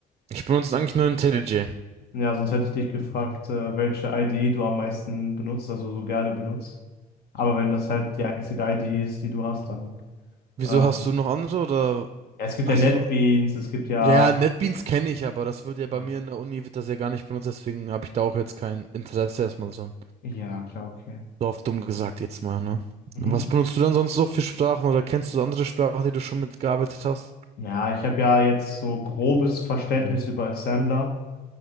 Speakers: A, on the right (about 40°); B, on the left (about 65°).
A: Ich benutze eigentlich nur IntelliJ.
B: Ja, sonst hätte ich dich gefragt, äh, welche IDE du am meisten benutzt, also so gerne benutzt. Aber wenn das halt die einzige IDE ist, die du hast, dann.
A: Wieso
B: Ähm,
A: hast du noch andere oder
B: ja, es gibt
A: hast
B: ja NetBeans,
A: du
B: es gibt ja.
A: Ja, ja, NetBeans kenne ich, aber das wird ja bei
B: Ah,
A: mir in der Uni, wird das ja gar nicht benutzt, deswegen habe ich da auch jetzt kein Interesse erstmal so.
B: ja, klar, okay.
A: So auf dumm gesagt jetzt mal, ne?
B: Mhm.
A: Was benutzt du dann sonst noch für Sprachen oder kennst du andere Sprachen, die du schon mitgearbeitet hast?
B: Ja, ich habe ja jetzt so grobes Verständnis über Assembler.